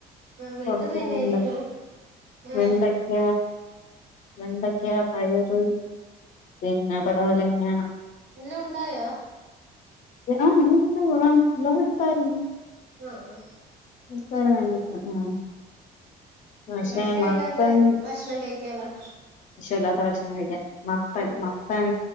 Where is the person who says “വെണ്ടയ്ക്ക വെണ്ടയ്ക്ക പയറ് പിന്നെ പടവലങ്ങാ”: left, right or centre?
Left